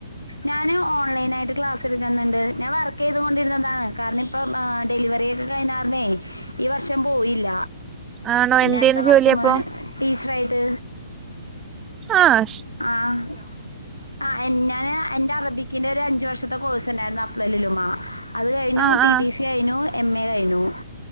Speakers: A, on the left; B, on the right.
A: ഞാന് ഓൺലൈനായിട്ട് ക്ലാസ് ട്ക്കന്നണ്ട് ഞാൻ വർക്കീതോണ്ടിര്ന്നതാണ് കാര്നം ഇപ്പം ആഹ് ഡെലിവറിയേക്കെ കഴിഞ്ഞാർന്നേ ഈ വർഷം പോയില്ല
B: ആണോ
A: പിന്നെ
B: എന്തേന്ന്
A: അട്ത്ത വർഷം
B: ജോലിയപ്പോ
A: മങ്ങനെ ടീച്ചറായിട്ട്
B: ആഹ്
A: ആഹ് അഹ് എൻ ഞാന് എന്റെ അറബിക്കിന്റെ ഒരു അഞ്ചു വർഷത്തെ കോഴ്സ്ണ്ടാര്ന്നു അഫ്ളലുലുമാ അത് കഴിഞ്ഞു
B: ആ
A: ട്ടി
B: ആ
A: ട്ടി സി കയ്ഞ്ഞു എം എ കയ്ഞ്ഞു